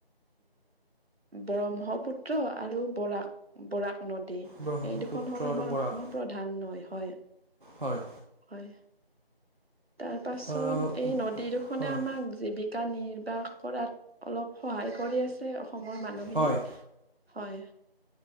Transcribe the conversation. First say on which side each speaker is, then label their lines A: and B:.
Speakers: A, on the right (about 75°); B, on the right (about 55°).
A: ব্ৰহ্মপুত্ৰ আৰু বৰাক বৰাক নদী
B: ব্ৰহ্মপুত্ৰ
A: এই দুখন হ'ল
B: আৰু
A: আমাৰ
B: বৰাক
A: অসমৰ প্ৰধান নৈ হয়।
B: হয়
A: হয়। তাৰ পাছত
B: আহ,
A: এই নদী দুখনে
B: হয়
A: আমাক জীৱিকা নিয়ে নি্বাহ কৰাত অলপ সহায় কৰি আছে অসমৰ মানুহখিনিক
B: হয়
A: হয়